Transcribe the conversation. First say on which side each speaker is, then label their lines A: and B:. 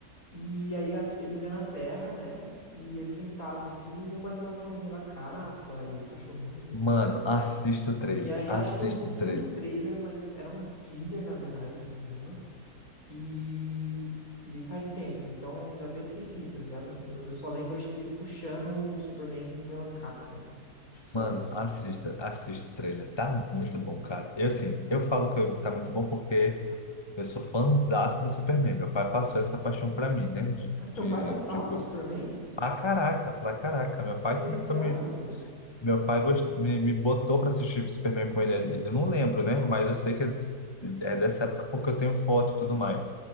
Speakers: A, on the left; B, on the left.
A: E aí a- ele vê na Terra, né? E eles sentados assim, e uma animaçãozinha da capa e do cachorrinho e
B: Mano,
A: tal.
B: assista o trailer.
A: E aí
B: Assista
A: acho que eu vi
B: o trailer.
A: o trailer, mas era um teaser, na verdade, se não me engano. E, e faz tempo, então já até esqueci, tá ligado? Eu, eu só lembro, acho que dele puxando o Superman pela capa. Acho que só
B: Mano,
A: isso.
B: assista, assista o trailer. Tá muito bom, cara. Eu, assim, eu falo que eu- tá muito bom porque eu sou fãzaço do Superman. Meu pai passou essa paixão pra mim, né? De,
A: Ah, seu
B: de,
A: pai gostava
B: de... go-
A: do Superman?
B: Pra caraca, pra caraca. Meu
A: Diferenciado.
B: pai que me, Meu pai gost- me, me botou para assistir Superman com ele. Eu não lembro, né? Mas eu sei que é, é dessa época porque eu tenho foto e tudo mais.